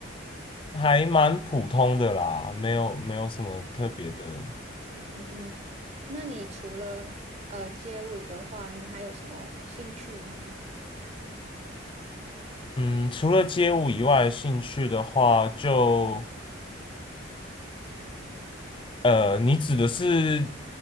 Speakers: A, on the left; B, on the right.
A: 还蛮普通的啦，没有没有什么特别的。
B: 嗯嗯嗯，那你除了呃街舞的话，你还有什么兴趣吗？
A: 嗯，除了街舞以外，兴趣的话就呃，你指的是